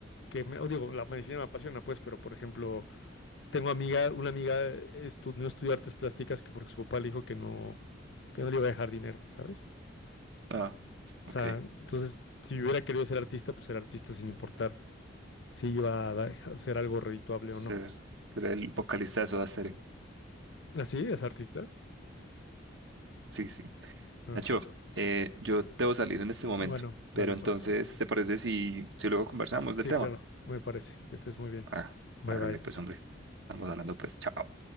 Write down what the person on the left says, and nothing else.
que me, o digo, la medicina me apasiona, pues, pero por ejemplo, tengo amiga, una amiga estudió no estudió artes plásticas que porque su papá le dijo que no, que no le iba a dejar dinero, ¿sabes?
O
sea, entonces, si hubiera querido ser artista, pues ser artista sin importar si iba a da- ser algo redituable
o no.
Ah, sí, es artista?
Ah,
bueno,
dale
pues.
Sí,
claro, me parece. Que estés muy bien.
Bye
bye.